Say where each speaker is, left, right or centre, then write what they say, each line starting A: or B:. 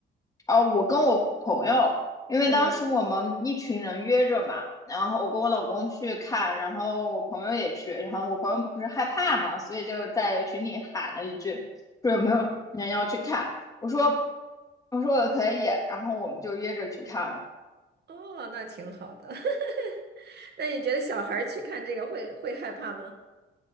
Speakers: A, on the left; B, on the right.
A: 啊，我跟我朋友，因为当时我们一群人约着嘛，
B: 嗯
A: 然后我跟我老公去看，然后我朋友也去，然后我朋友不是害怕嘛，所以就在群里喊了一句，说有没有人要去看？
B: 嗯。
A: 我说，我说我可以，然后我们就约着去看了。
B: 哦，那挺好的。<laughs> 那你觉得小孩儿去看这个会会害怕吗？